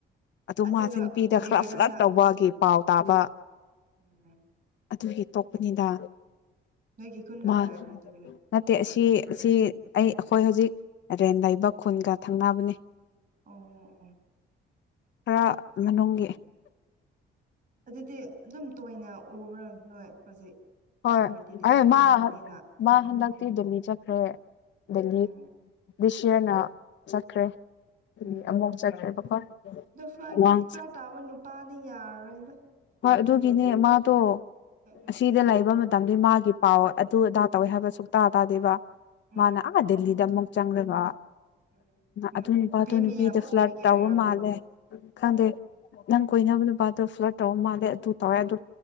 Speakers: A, on the left; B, on the right.
A: ꯑꯗꯨ
B: ꯑꯗꯨꯒ
A: ꯃꯥꯁꯦ ꯅꯨꯄꯤꯗ
B: ꯀꯔꯤꯒꯤꯔꯅ
A: ꯈꯔ ꯐ꯭ꯂꯠ ꯇꯧꯕꯒꯤ ꯄꯥꯎ ꯇꯥꯕ
B: ꯎꯝ
A: ꯑꯗꯨꯒꯤ ꯇꯣꯛꯄꯅꯤꯗ
B: ꯅꯣꯏꯒꯤ ꯈꯨꯣꯟꯒ
A: ꯃꯥ
B: ꯃꯅꯥꯕ꯭ꯔ ꯇ
A: ꯅꯠꯇꯦ ꯑꯁꯤ ꯑꯁꯤ ꯑꯩ ꯑꯩꯈꯣꯏ ꯍꯧꯖꯤꯛ ꯔꯦꯟ ꯂꯩꯕ ꯈꯨꯟꯒ ꯊꯪꯅꯕꯅꯤ
B: ꯑꯣ ꯑꯣ
A: ꯈꯔ ꯃꯅꯨꯡꯒꯤ
B: ꯑꯗꯨꯗꯤ ꯑꯗꯨꯝ ꯇꯣꯏꯅ ꯎꯕ꯭ꯔ ꯅꯣꯏ ꯍꯧꯖꯤꯛ
A: ꯍꯣꯏ
B: ꯍꯥꯏꯕꯗꯤꯗꯤ
A: ꯑꯦ
B: ꯅꯛꯅꯕꯅꯤꯅ
A: ꯃꯥ ꯃꯥ ꯍꯗ ꯃꯤ ꯆꯠꯈ꯭ꯔꯦ ꯑꯗꯒꯤ
B: ꯑꯣ
A: ꯁꯤꯌꯥꯔꯅ ꯆꯠꯈ꯭ꯔꯦ
B: ꯎꯝ
A: ꯑꯃꯨꯛ ꯆꯠꯈ꯭ꯔꯦꯕꯀꯣ
B: ꯑꯗꯨ ꯐ꯭ꯂ
A: ꯋꯥꯡ
B: ꯐ꯭ꯂꯇꯥ ꯃꯅꯨ ꯄꯥꯅꯤ ꯌꯥꯔ ꯍꯔꯣꯏꯗ
A: ꯍꯣꯏ ꯑꯗꯨꯒꯤꯅꯦ ꯃꯥꯗꯣ
B: ꯎꯝ
A: ꯑꯁꯤꯗ ꯂꯩꯕ ꯃꯇꯝ ꯃꯇꯝ ꯃꯥꯒꯤ ꯄꯥꯎ ꯑꯗꯨ ꯑꯗꯥ ꯇꯧꯋꯦ ꯍꯥꯏꯕ ꯁꯨꯛꯇ ꯇꯥꯗꯦꯕ
B: ꯎꯝ
A: ꯃꯥꯅ ꯑꯥ ꯗꯦꯜꯂꯤꯗ ꯑꯃꯨꯛ ꯆꯪꯂꯒ
B: ꯎꯝ
A: ꯑꯗꯨ ꯅꯨꯄꯥꯗꯣ
B: ꯅꯨꯄꯤ
A: ꯅꯨꯄꯤꯗ
B: ꯃꯤꯌꯥꯝ
A: ꯐ꯭ꯂꯥꯠ
B: ꯎꯕꯒꯤ
A: ꯇꯥꯎꯕ
B: ꯑꯣꯏꯔꯝꯒꯅꯤ
A: ꯃꯥꯜꯂꯦ ꯈꯪꯗꯦ
B: ꯎꯝ
A: ꯅꯪ ꯀꯣꯏꯅꯕ ꯅꯨꯄꯥ ꯑꯗꯨ ꯐ꯭ꯂꯠ ꯇꯧ ꯃꯥꯜꯂꯦ ꯑꯗꯨ ꯇꯧꯋꯦ ꯑꯗꯨ